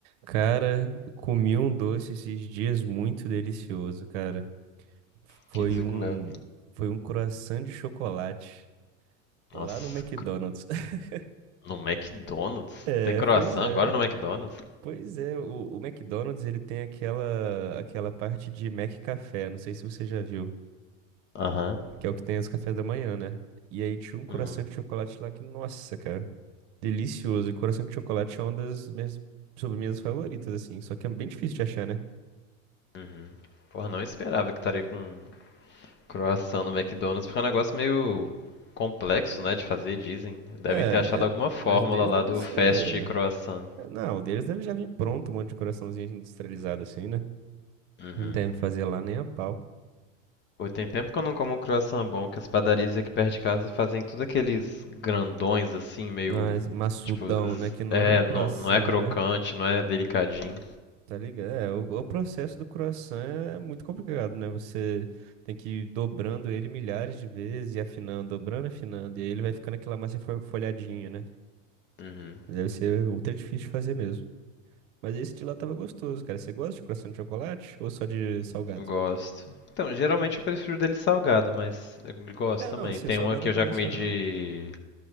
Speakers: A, on the right; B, on the left.
A: Cara, comi um doce esses dias muito delicioso, cara. Foi
B: O que, que você
A: um,
B: comeu?
A: foi um croissant de chocolate lá
B: Nossa,
A: no McDonald's. <laughs>
B: no McDonald's?
A: É,
B: Tem croissant
A: pois é.
B: agora no McDonald's?
A: Pois é, o, o McDonald's ele tem aquela aquela parte de Mac Café, não sei se você já viu,
B: Aham.
A: que é o que tem os cafés da manhã, né? E aí tinha um croissant
B: Uhum.
A: de chocolate lá que, nossa, cara, delicioso. E croissant de chocolate é uma das minhas sobremesas favoritas assim, só que é bem difícil de achar, né?
B: Uhum. Porra, não esperava que estaria com croissant no McDonald's, porque é um negócio meio complexo, né, de fazer, dizem. Devem
A: É,
B: ter achado alguma
A: é,
B: fórmula
A: mas o deles
B: lá
A: deve
B: do
A: ser.
B: fast croissant.
A: Não, o deles deve já vir pronto, um monte de coraçãozinho industrializado assim, né?
B: Uhum.
A: Não deve fazer lá nem a pau.
B: Pô, tem tempo que eu não como um croissant bom, que as padarias aqui perto de casa fazem tudo aqueles grandões assim, meio.
A: Mas maçudão,
B: Tipo, z-
A: né? Que não
B: é,
A: é um croissant,
B: não, não é crocante,
A: né?
B: não é delicadinho.
A: Tá ligado? É, o, o processo do croissant é muito complicado, né? Você tem que ir dobrando ele milhares de vezes e afinando, dobrando, afinando. E aí ele vai ficando aquela massa fo- folhadinha, né?
B: Uhum.
A: Deve ser ultra difícil de fazer mesmo. Mas esse de lá tava gostoso, cara. Você gosta de croissant de chocolate ou só de salgado?
B: Gosto. Então, geralmente eu prefiro dele salgado, mas eu gosto
A: É,
B: também.
A: não, assim,
B: Tem
A: o salgado
B: uma que
A: eu
B: eu
A: comi
B: já comi
A: esse,
B: de,
A: não.